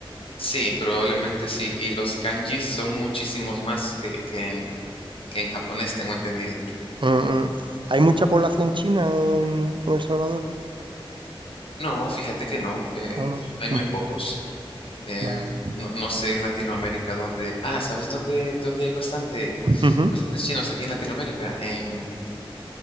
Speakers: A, on the left; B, on the right.
A: sí, probablemente sí. Y los kanjis son muchísimos más que, que- que en japonés, tengo entendido.
B: Mm, mm. ¿Hay mucha población china en, en El Salvador?
A: No, fíjate que no, eh,
B: Ah, no.
A: hay
B: Ujú.
A: muy pocos. Eh,
B: Vale.
A: no, no sé en Latinoamérica dónde... Ah, ¿sabes dónde, dónde hay bastante,
B: Ujú.
A: bastantes chinos aquí en Latinoamérica? En,